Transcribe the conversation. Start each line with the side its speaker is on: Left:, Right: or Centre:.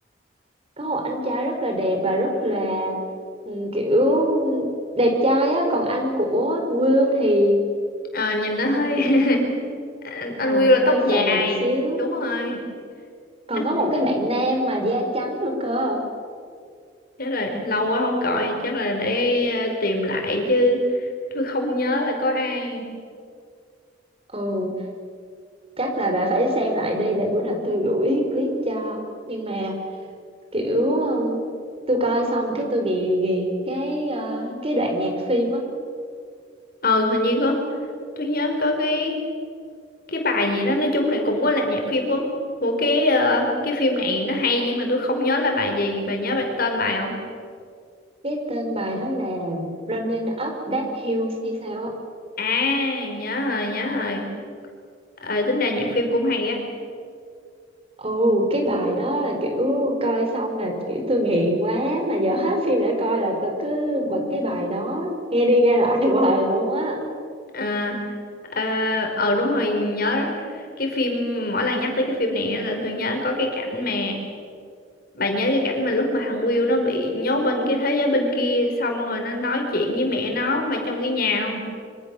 Right: có một anh trai rất là đẹp và rất là ừ, kiểu đẹp trai á còn anh của Will thì
Left: Ờ, nhìn nó hơi
Right: anh của
Left: <laughs> anh, anh
Right: ừ,
Left: Will là
Right: hơi
Left: tóc
Right: phèn
Left: dài
Right: xíu
Left: đúng rồi
Right: còn
Left: anh
Right: có một cái bạn nam mà da trắng nữa cơ
Left: chết rồi lâu quá không gọi chắc là để ờ, tìm lại chứ tôi không nhớ là có ai
Right: ừ chắc là bà phải xem lại đi để bữa nào tôi gửi clip cho nhưng mà kiểu um, tôi coi xong cái tôi bị ghiền cái ờ, cái đoạn nhạc phim á
Left: ờ hình như có tôi nhớ có cái cái bài gì đó nói chung là cũng có là nhạc phim của của cái ờ, cái phim này nó hay nhưng mà tôi không nhớ là bài gì bà nhớ bài tên bài không
Right: cái tên bài đó là Running Up That Hill hay sao á
Left: À nhớ rồi nhớ rồi Ờ tính ra nhạc phim cũng hay á
Right: Ồ, cái bài đó là kiểu coi xong mà kiểu tôi nghiện quá mà giờ hết phim để coi là tôi cứ bật cái bài đó nghe đi nghe lại <laughs> hoài luôn á
Left: Ờ ờ ờ, đúng rồi nhớ cái phim mỗi lần nhắc tới cái phim này á là tôi nhớ có cái cảnh mà bà nhớ cái cảnh mà lúc mà thằng Will nó bị nhốt bên cái thế giới bên kia xong rồi nó nói chuyện với mẹ nó mà trong cái nhà không